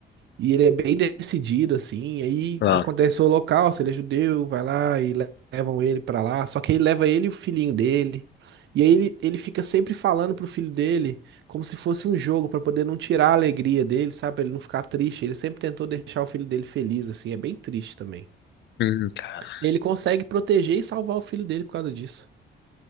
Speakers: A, on the right (about 65°); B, on the left (about 65°).
A: E ele é bem decidido, assim. Aí
B: Ah.
A: acontece o holocausto, ele é judeu, vai lá e le- levam ele pra lá. Só que aí leva ele e o filhinho dele. E aí ele, ele fica sempre falando pro filho dele como se fosse um jogo, pra poder não tirar a alegria dele, sabe? Pra ele não ficar triste. Ele sempre tentou deixar o filho dele feliz, assim. É bem triste também.
B: Hum, cara.
A: Ele consegue proteger e salvar o filho dele por causa disso.